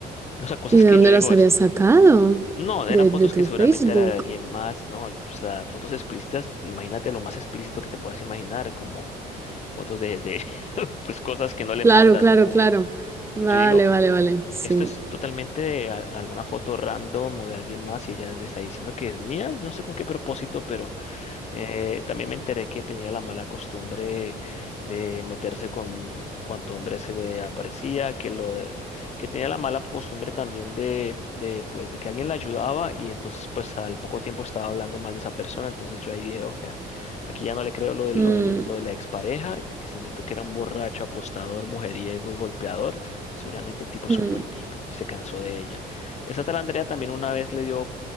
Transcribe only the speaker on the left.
O sea, cosas
que
yo digo,
es,
no,
eran fotos
que seguramente
era de alguien más, ¿no? O sea, fotos explícitas, imagínate lo más explícito que te puedas imaginar, como fotos de, de <laughs> pues cosas que no le
mandas
a nadie.
Y yo digo,
esto es totalmente de a- alguna foto random o de alguien más y ella le está diciendo que es mía, no sé con qué propósito, pero eh, también me enteré que tenía la mala costumbre de meterse con cuanto hombre se le aparecía, que lo de- que tenía la mala costumbre también de, de pues de que alguien la ayudaba y entonces pues al poco tiempo estaba hablando mal de esa persona, entonces yo ahí dije, oye, aquí ya no le creo lo de,
lo de, lo de la expareja, que se inventó que era un borracho, apostador, mujeriego y golpeador, seguramente el tipo
es un buen tipo y se cansó de ella. Esa tal Andrea también una vez le dio